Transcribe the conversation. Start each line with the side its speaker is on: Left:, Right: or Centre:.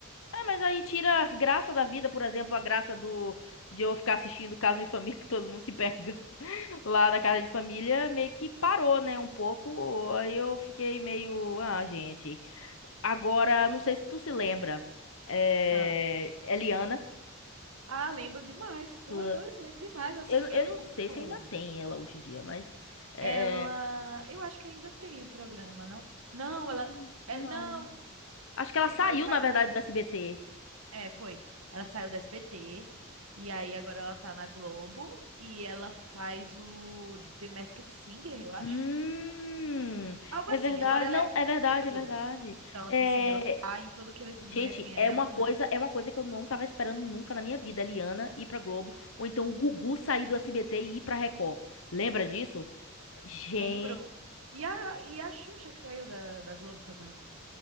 Left: É, mas aí tira as graças da vida, por exemplo, a graça do de eu ficar assistindo Caso de Família, <laughs> que todo mundo se pega <laughs> lá na casa de família, meio que parou, né, um pouco. Aí eu fiquei meio, ah, gente. Agora, não sei se tu se lembra, é...
Right: Ah,
Left: Eliana,
Right: ah, lembro demais. Tu
Left: tu-
Right: é doido, lembro demais. Eu assistia
Left: eu, eu
Right: muito.
Left: não sei se ainda tem ela hoje em dia, mas é,
Right: Ela. Eu acho que ainda tem o programa, não? Não,
Left: hum,
Right: ela. É,
Left: não.
Right: não,
Left: Acho que ela
Right: não,
Left: saiu,
Right: ela saiu
Left: na verdade,
Right: da.
Left: do S B T.
Right: É, foi. Ela saiu da SBT. E aí agora ela tá na Globo. E ela faz o The Masked Singer, eu acho.
Left: Hum,
Right: Algo
Left: é
Right: assim.
Left: verdade,
Right: Agora ela
Left: não,
Right: é a
Left: é verdade,
Right: da Globo.
Left: é verdade.
Right: Então,
Left: É,
Right: tipo assim, ela tá em tudo que eles metem
Left: gente,
Right: ela,
Left: é uma coisa,
Right: né?
Left: é uma coisa que eu não tava esperando nunca na minha vida, a Liana ir pra Globo, ou então o Gugu sair do SBT e ir pra Record. Lembra disso? Gente,
Right: Lembro. E a, e a Xuxa que saiu da, da Globo foi pra Record.